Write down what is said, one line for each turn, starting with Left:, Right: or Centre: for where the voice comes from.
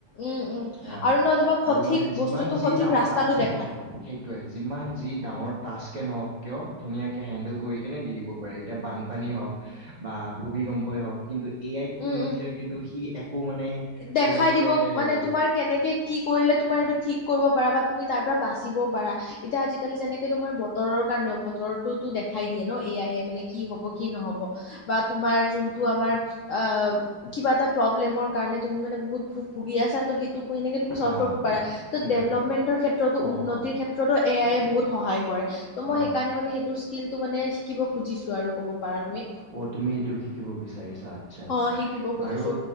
Left: উম উম
Right: আ।
Left: আৰু নহয় তোমাক
Right: আৰু
Left: সঠিক
Right: মানে যিমান
Left: বস্তুটো
Right: যি
Left: সঠিক
Right: ডাঙৰ
Left: ৰাস্তাটো
Right: টাস্ক নহক
Left: দেখায়
Right: কিয় সেই টোৱে যিমান যি ডাঙৰ টাস্কে নহওক কিয় ধুনীয়াকে হেন্দেল কৰি কেনে দি দিব পাৰে। এতিয়া বানপানী হওক বা ভূমিকম্পই হওক কিন্তু এ আইক
Left: উম
Right: তুমি
Left: উম
Right: দিলে কিন্তু সি একো মানে
Left: দেখাই
Right: ক'ব গলে
Left: দিব
Right: এ
Left: মানে তোমাৰ কেনেকে কি কৰিলে তুমাৰ সেইটো ঠিক কৰিব পাৰা বা তুমি তাৰ পৰা বাচিব পাৰা এতিয়া আজিকালি যেনেকে তোমাৰ বতৰৰ কাৰণেও, বতৰটোতো দেখাই দিয়ে ন এ আই এ মানে কি হব? কি নহব? বা তোমাৰ যোনটো আমাৰ আহ, কিবা এটা প্ৰব্লেমৰ কাৰণে তুমি মানে বহুত ভোক ভুগি আছাটো সেইটো সেনেকে তুমি চলভ
Right: হা
Left: কৰিব পাৰা। ত
Right: সেইটোয়ে
Left: ডেভেলপমেন্টৰ ক্ষেত্ৰতো,
Right: অ',
Left: উন্নতিৰ
Right: অ',
Left: ক্ষেত্ৰতো এ আইয়ে বহুত সহায় কৰে। ত মই
Right: অ',
Left: সেইকাৰণে মানে সেইটো স্কিল টো মানে শিকিব খুজিছো আৰু কব পাৰা তুমি
Right: অ তুমি সেইটো শিকিব বিচাৰিছা, আচ্ছা -আচ্ছা
Left: অ শিকিব খুজিছো
Right: বাৰু